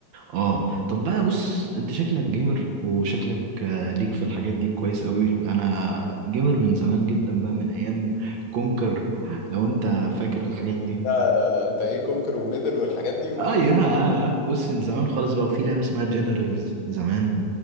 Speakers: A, on the right; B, on the left.
A: اه طب بقى بص انت شكلك جيمر وشكلك آه، ليك في الحاجات دي كويس قوي انا جيمر من زمان جدا بقى من ايام كونكر لو انت فاكر الحاجات دي
B: لا لا لا انت ايه كونكر وميدل والحاجات دي و...
A: اه يا بص من زمان خالص بقى وفي لعبة اسمها جنرالز زمان